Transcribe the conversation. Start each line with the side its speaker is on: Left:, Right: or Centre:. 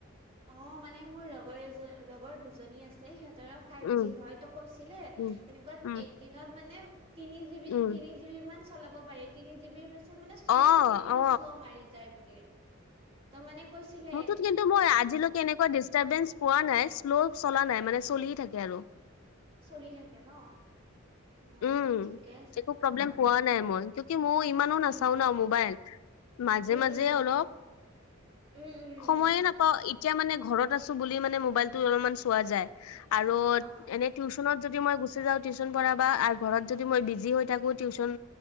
Right: অ মানে মোৰ লগৰ এজন লগৰ দুজনী আছে সিহঁতৰো ফাইভ
Left: উম
Right: জি হয় তো কৈছিলে এনেকুৱাত
Left: উম উম
Right: এক দিনত মানে তিনি জি বি
Left: উম
Right: তিনি জি বি মান চলাব পাৰি তিনি জিবিৰ পিছত মানে চলি
Left: অ
Right: থাকে কিন্তু
Left: অ
Right: শ্ল' মাৰি যায় বোলে। তাৰ মানে কৈছিল,
Left: মুঠত কিন্তু মই আজিলৈকে এনেকুৱা ডিষ্টাৰবেঞ্চ পোৱা নাই, শ্ল' চলা নাই, মানে চলিয়ে থাকে আৰু।
Right: চলি থাকে ন? অ
Left: উম
Right: ঠিকে আছে
Left: একো প্ৰব্লেম পোৱা নাই মই কি মই ইমানো নাচাও
Right: উম
Left: ন মোবাইল মাজে
Right: উম
Left: মাজে
Right: উম
Left: অলপ।
Right: উম উম উম
Left: সময়ে নাপাও এতিয়া মানে ঘৰত আছো বুলি মানে মোবাইলটো অলপমান চোৱা যায়। আৰু
Right: অ
Left: এনেই টিউচনত যদি মই গুচি যাওঁ টিউচন পঢ়া বা ঘৰত যদি মই বিজি হৈ থাকোঁ, টিউচন